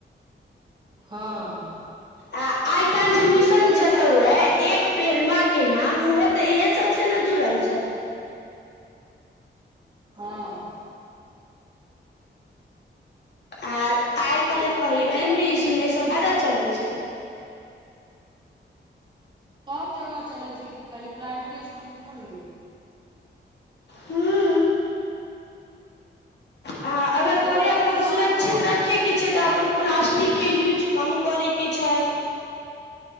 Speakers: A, on the right (about 25°); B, on the left (about 65°).
A: हँ।
B: आ आइ काल्हि जे मिशन
A: जते
B: चललहु
A: किसान
B: या
A: सब आइ काल्हि
B: एक पेड़ मा के नाम ओहो तऽ इएहे सबसँ ने जुड़ल छै।
A: हँ।
B: आ आइ काल्हि कही
A: जतेक
B: प्राइमरी इसकुलमे ईसभ ज्यादा चलैत छै।
A: सब जगह चलै छै कि खाली प्राइमरी मे इसकुलमे तोड़ही।
B: हू। आ अगर
A: जते
B: पर्यावरण
A: किसान
B: सुरक्षित
A: सब अपन
B: रखैके छै तऽ अपन प्लास्ट स्टिके यूज कम करैके छै।